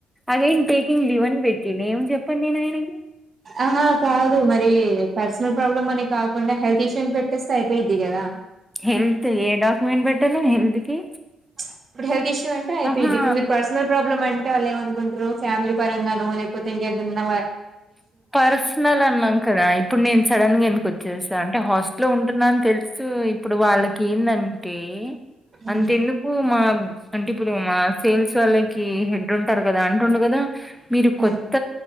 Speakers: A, in the centre; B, on the right.
A: అగైన్ టేకింగ్ లివ్ అని పెట్టిడు ఏం చెప్పాను నేను ఆయనకి
B: ఆహా కాదు మరి పర్సనల్ ప్రాబ్లమ్ అనే కాకుండా హెల్త్ ఇష్యూని పెట్టేస్తే అయిపోయిద్ది కదా
A: హెల్త్ ఏ డాక్యుమెంట్ పెట్టాలే హెల్త్ కి
B: ప్చ్ ఇప్పుడు హెల్త్ ఇష్యూ అంటే అయిపోయిది
A: ఆహా
B: ఇప్పుడు మీరు పర్సనల్ ప్రాబ్లమ్ అంటే అంటే వాళ్ళు ఏమనుకుంటారు ఫ్యామిలీ పరంగానో లేకపోతే ఇంకెదన
A: పర్సనల్ అన్నాం కదా ఇప్పుడు నేను సడన్ గా ఎందుకొచ్చేసా అంటే హాస్టల్లో ఉంటున్నా అని తెలుసు ఇప్పుడు వాళ్ళకి ఏందంటే టే అంతెందుకు
B: ఉమ్
A: మా అంటే ఇప్పుడు మా సేల్స్ వొళ్ళకి హెడ్ హెడ్ ఉంటారు కదా అంటుండు కదా మీరు కొత్త
B: ఉమ్